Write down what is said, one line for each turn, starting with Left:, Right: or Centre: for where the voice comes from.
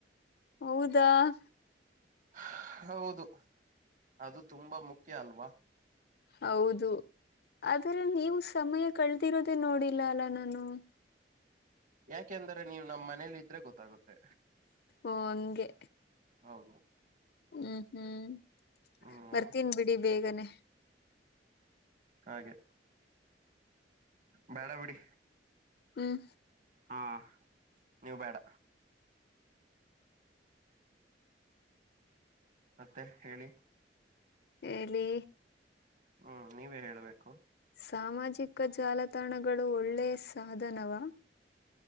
Left: ಹೌದಾ. <inaudible>
Right: <inaudible> ಹೌದು ಅದು ತುಂಬಾ ಮುಖ್ಯ ಅಲ್ವಾ.
Left: ಹೌದು ಆದರೆ ನೀವು ಸಮಯ ಕಳದಿರೋದೆೇ ನೋಡಿಲ್ಲ ಅಲ್ಲ ನಾನು. <inaudible>
Right: ಯಾಕೆಂದ್ರ ನೀವು ನಮ್ಮ್ ಮನೇಲಿ ಇದ್ರೆ ಗೊತ್ತಾಗುತ್ತೆ.
Left: ಓ ಹಂಗೆ
Right: ಹೌದು
Left: ಹ್ಮ್ ಹ್ಮ್
Right: ಹ್ಮ್
Left: ಬರ್ತೀನ್ ಬಿಡಿ ಬೇಗನೆ.
Right: ಹಾಗೆ ಬೇಡ ಬಿಡಿ.
Left: ಹ್ಮ್
Right: ಹಾ ನೀವು ಬೇಡ, ಮತ್ತೆ ಹೇಳಿ.
Left: ಎಳಿ
Right: ಹ್ಮ್ ನೀವೇ ಹೇಬೇಕು.
Left: ಸಾಮಾಜಿಕ ಜಾಲತಾಣಗಳು ಓಳ್ಳೆ ಸಾಧನವ.